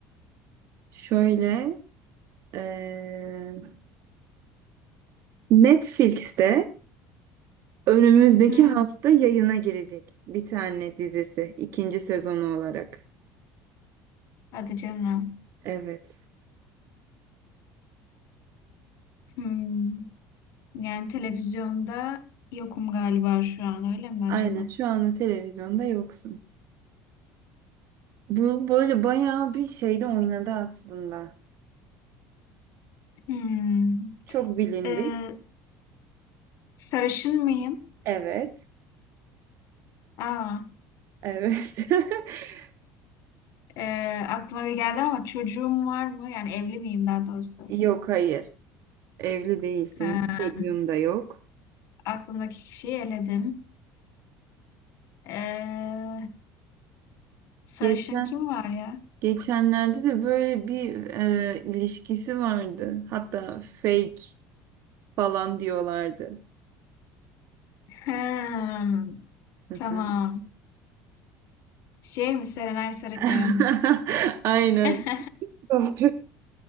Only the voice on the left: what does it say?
Hmm.
Hadi canım.
Hmm. Yani televizyonda yokum galiba şu an öyle mi acaba?
Hmm.
ee, Sarışın mıyım?
Aa,
e, aklıma bir geldi ama çocuğum var mı? Yani evli miyim daha doğrusu?
Ha,
aklımdaki kişiyi eledim. E, sarışın
kim var ya?
Hmm,
tamam.
Şey mi? Serenay Sarıkaya
mı?
<laughs>